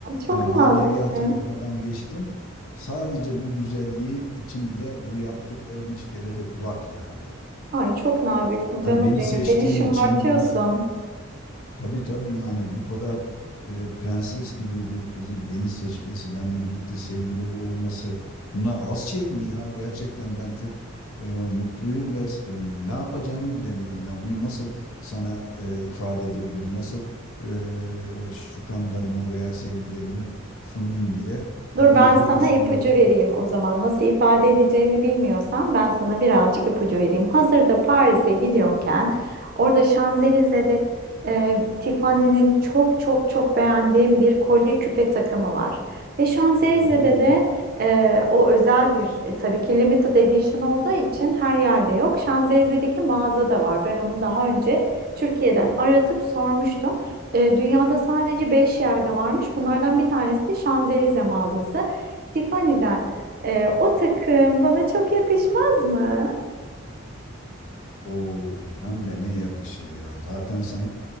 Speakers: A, on the right (about 45°); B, on the left (about 80°).
A: Çok
B: Yani
A: naziksin.
B: maneviyatını falan geçtim. Sadece bu güzelliği için bile bu yaptıklarım hiç devede kulak yani.
A: Ay çok naziksin
B: Hani
A: canım
B: beni
A: benim.
B: seçtiğin
A: Beni şımartıyorsun.
B: için bu güz- Tabii tabii yani bu kadar e, prenses gibi bir kızın beni seçmesi, benimle birlikte sevgili olması bunlar az şey mi ya? Gerçekten ben çok e, mutluyum ve s- e, ne yapacağımı bilemiyorum. Yani bunu nasıl sana e, ifade edebilirim? Nasıl e, şükranlarımı veya sevgilerimi sunayım diye epeydir
A: Dur ben sana
B: düşünüyordum.
A: ipucu vereyim o zaman. Nasıl ifade edeceğini bilmiyorsan ben sana birazcık ipucu vereyim. Hazırda Paris'e gidiyorken orada Şanzelize'de e, Tiffany'nin çok çok çok beğendiğim bir kolye küpe takımı var. Ve Şanzelize'de
B: Oo.
A: de e, o özel bir e, tabii ki limited edition olduğu için her yerde yok. Şanzelize'deki mağazada var. Ben onu daha önce Türkiye'den aratıp sormuştum. E, dünyada sadece 5 yerde varmış. Bunlardan bir tanesi de Şanzelize mağazası. Tiffany'den.
B: Aa.
A: E, o takım bana çok yakışmaz mı?
B: Oo, hem de ne yakışır ya. Zaten sen